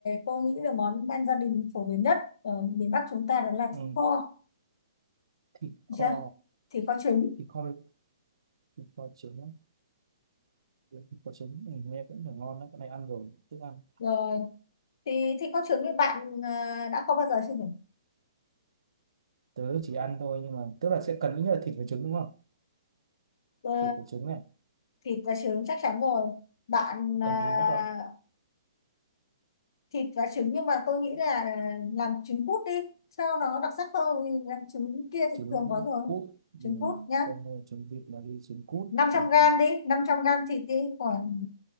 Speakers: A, on the left; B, on the right.
A: tôi nghĩ là món ăn gia đình phổ biến nhất ở miền Bắc chúng ta đó là
B: ừ.
A: thịt kho
B: Thịt
A: được
B: kho,
A: chưa thịt kho trứng
B: thịt kho với thịt kho trứng, á. với thịt kho trứng, ừ, nghe cũng là ngon đấy, cái này ăn rồi, thích ăn.
A: rồi thì thịt kho trứng thì bạn à, đã kho bao giờ chưa nhỉ
B: Tớ chỉ ăn thôi nhưng mà tức là sẽ cần ít nhất là thịt với trứng đúng không?
A: Ờ,
B: Thịt với trứng này,
A: thịt và trứng chắc chắn rồi bạn
B: cần
A: à,
B: gì nữa không?
A: thịt và trứng nhưng mà tôi nghĩ là ờ, làm trứng cút đi cho nó đặc sắc hơn vì làm trứng kia thì
B: Trứng
A: thường có rồi
B: cút,
A: trứng
B: ừ,
A: cút nhá
B: không mua trứng vịt mà đi trứng cút,
A: năm
B: không,
A: trăm gram đi 500 gram thịt đi khoảng